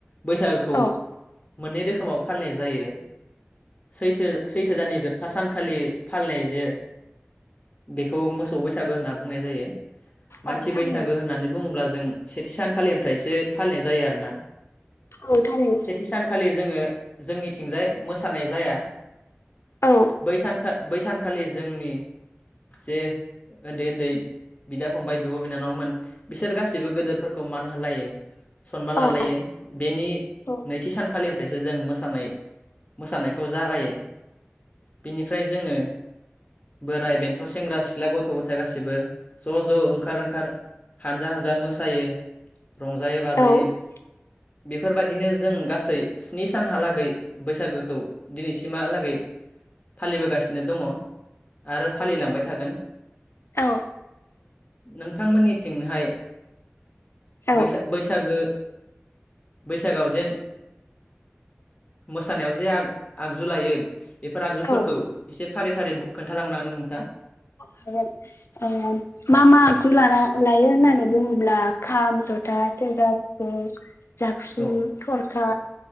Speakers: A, on the left; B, on the left.
A: बैसागोखौ
B: औ
A: मोननै रोखोमाव फालिनाय जायो सैथो-सैथो दाननि जोबथा सान खालि फालिनाय जे बेखौ मोसौ बैसागो होनना बुंनाय जायो। मानसि
B: औ थारैनो
A: बैसागो होननानै बुङोब्ला जों सेथि सानखालिनिफ्रायसो फालिनाय जायो आरोना
B: औ थारैनो
A: सेथि सानखालि जोंङो जोंनिथिंजाय मोसानाय जाया
B: औ
A: बैसान-बैसान खालि जोंनि जे उन्दै-उन्दै बिदा फंबाय बिब' बिनानावमोन बिसोर गा सैबो गेदोरफोरखौ मान होलायो। सनमान लालायो
B: औ
A: बेनि
B: औ
A: नैथि सानखालिनिफ्रायसो जों मोसानाय-मोसानायखौ जागायो बिनिफ्राय जोंङो बोराय बेन्थ' सेंग्रा सिख्ला गथ' गथाय गासिबो ज' ज' ओंखार ओंखार हानजा-हानजा मो सायो। रंजायै बाजायै
B: औ
A: बेफोर बादिनो जों गासै स्नि सानहालागै बैसागोखौ दिनैसिमहालागै फालिबो गासिनो दंङ आरो फालिलांबाय थागोन।
B: औ
A: नोंथांमोननिथिंहाय
B: औ
A: बैसा-बैसागो बैसागोआव जेन मोसानायाव जे आग-आगजु लायो बेफोर आगजुफोरखौ
B: औ
A: एसे फारि-फारि ब खोन्थालांनां हागोन ना नोंथाङा
B: हागोन ओ मा मा आगजु लाना लायो होननानै बुङोब्ला, खाम जथा सेरजा सि <unintelligible> जाबस्रिं
A: औ
B: थ'रखा